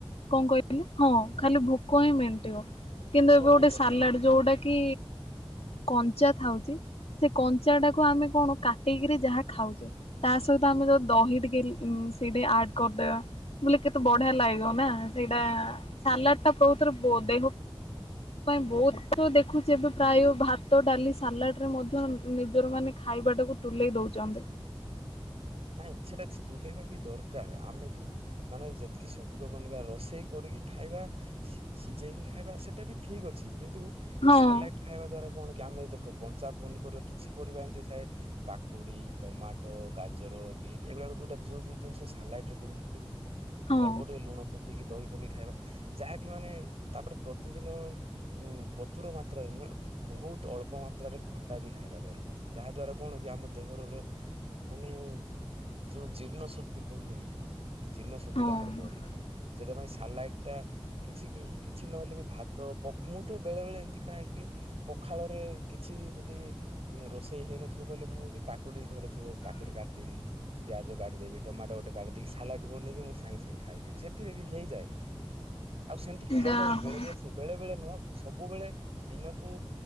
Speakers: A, on the left; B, on the right.
A: କଣ କ ହଁ ଖାଲି ଭୋକ ହିଁ ମେଣ୍ଟିବ କିନ୍ତୁ
B: ଭୋକ
A: ଏବେ ଗୋଟେ
B: ମେଣ୍ଟେନ
A: ସାଲାଡ
B: ପାଇଁ
A: ଯୋଉଁଟା କି କଞ୍ଚା ଥାଉଛି। ସେ କଞ୍ଚା ଟାକୁ ଆମେ କଣ କାଟିକିରି ଯାହା ଖାଉଛେ। ତା ସହିତ ଆମେ ଯୋଉଁ ଦହି ଟିକେ ଉଁ ସେଇଟି ଆଡ କରିଦେବା ବୋଲେ କେତେ ବଢିଆ ଲାଗିବ ନା ସେଇଟା ସାଲାଡ ଟା କହୁଥର ଦେହ <unintelligible> ପାଇଁ ବହୁତ ଦେଖୁଛି ଏବେ ପ୍ରାୟ ଭାତ ଡାଲି ସାଲାଡ଼ ରେ ମଧ୍ୟ ନିଜର ମାନେ ଖାଇବାଟାକୁ ତୁଲେଇ ଦଉଚନ୍ତି। <inaudible>
B: ନାଇଁ ସେଟା ତୁଲେଇବା ବି ଦରକାର ଆମେ ଯୋଉଁ ମାନେ ଯେତିକି ସବୁଜ ବନିବା ରୋଷେଇ କରି ଖାଇବା ସିଝେଇକି ଖାଇବା ସେଟା ବି ଠିକ ଅଛି। କିନ୍ତୁ
A: ହଁ
B: ସାଲାଡ଼ ଖାଇବା ଦ୍ଵାରା କଣ ଆମେ ଦେଖ କଞ୍ଚା ପନିପରିବା କିଛି ପରିବା ଏମିତି ଥାଏ କାକୁଡି ଟମାଟୋ ଗା ଗାଜର ବିଟ ଏଗୁଡ଼ା ଯୋଉଁ ଯୋଉଁ ଜିନିଷ ସାଲାଟ ରେ ପଡ଼େନା କି
A: ହଁ
B: ଅଳ୍ପ ଟିକେ ଲୁଣ ଦେଇକି ଦହି ପକେଇ ଖାଇବା ଯାହାକି ମାନେ ତାପରେ ପ୍ରତିଦିନ ଉ ପ୍ରଚୁର ମାତ୍ରାରେ ବହୁତ ଅଳ୍ପ ମାତ୍ରାରେ ଖଟା ବି ଖାଇବା ଦରକାର। ଯାହା ଦ୍ୱାରା କଣ କି ଆମ ଦେହରେ ମାନେ ଯୋଉଁ ଜୀର୍ଣ୍ଣ ଶକ୍ତି କୁହନ୍ତିନି କି ଜୀର୍ଣ୍ଣ ଶକ୍ତି
A: ହଁ
B: ଟା ଆମର ବଢ଼ିଥାଏ ସେଥିପାଇଁ ସାଲାଡ଼ ଟା କିଛି କିଛି ନହେଲେ ବି ଭାତ ମୁଁ ତ ବେଳେବେଳେ ଏମିତି ଖାଏ କି ପଖାଳରେ କିଛି ଯଦି ରୋଷେଇ ହେଇନଥିବ କହିଲେ ମୁଁ ବି କାକୁଡ଼ି ଘରେ ଥିବ କାକୁଡ଼ି କାଟି ଦେବି, ପିଆଜ କାଟିଦେବି, ଟମାଟୋ ଗୋଟେ କାଟିଦେବି, ସାଲାଡ଼ ବନେଇକି ମୁଁ ସାଙ୍ଗେ ସାଙ୍ଗେ ଖାଇଦେବି ସେଥିରେ ବି ହେଇଯାଏ ଯାଏଁ। ଆଉ ସେମିତି ଖାଇବା
A: ଯାହା
B: ବି ବେଳେବେଳେ ବେଳେବେଳେ ନୁହଁ ସବୁବେଳେ ଦିନକୁ